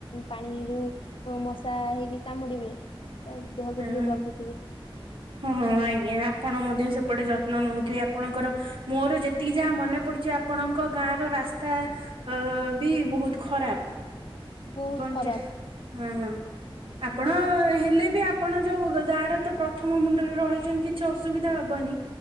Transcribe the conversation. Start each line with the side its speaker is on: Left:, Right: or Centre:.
Left: ପାଣିରୁ ମଶା ହେଇକି କାମୁଡ଼ିବେ। ଆଉ ଦେହକୁ
Right: ଆପଣ
Left: ଟିକେ ଜଗୁଥିବେ।
Right: ହଁ ଆଜ୍ଞା ଆପଣ ମଧ୍ୟ ସେପଟେ ଯତ୍ନ ନଉଥିବେ ଆପଣଙ୍କର। ମୋର ଯେତିକି ଯାହା ମନେ ପଡୁଛି ଆପଣଙ୍କ ଗାଁ ର ରାସ୍ତା ଅ ବି ବହୁତ ଖରାପ।
Left: ବହୁତ
Right: ଆପଣ
Left: ଖରାପ।
Right: ଚେ ହଁ ଆପଣ ହେଲେ ବି ଆପଣ ଯୋଉ ଗାଁ ର ତ ପ୍ରଥମ ମୁଣ୍ଡରେ ରହିଛନ୍ତି କିଛି ଅସୁବିଧା ହବନି।